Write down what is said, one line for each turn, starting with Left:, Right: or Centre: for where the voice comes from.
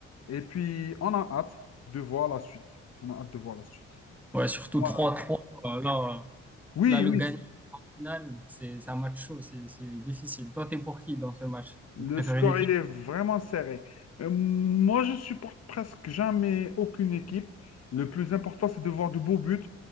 Left: Et puis, on a hâte de voir la suite. On a hâte de voir la suite.
Centre: Ouais, surtout
Left: Voilà.
Centre: trois trois. euh, Là, euh,
Left: Oui,
Centre: là, le
Left: oui,
Centre: gagnant final, c'est c'est un match chaud, c'est c'est difficile. Toi, t'es pour qui dans ce match?
Left: le
Centre: Tu préfères
Left: score,
Centre: une équipe?
Left: il est vraiment serré. Euh, moi, je supporte presque jamais aucune équipe. Le plus important, c'est de voir de beaux buts,